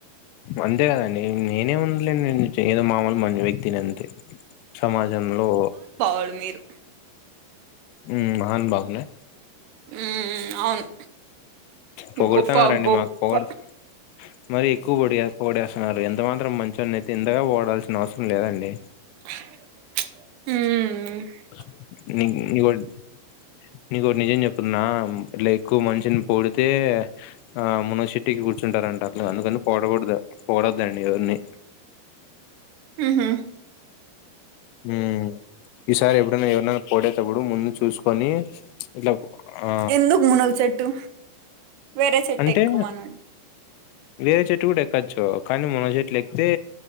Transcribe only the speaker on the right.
అది మీరు
హ్మ్ అవును.
గొప్ప గొప్ప
హ్మ్
ఆహా
ఎందుకు మునగ చెట్టు వేరే చెట్టు
ఎక్కుమనండి.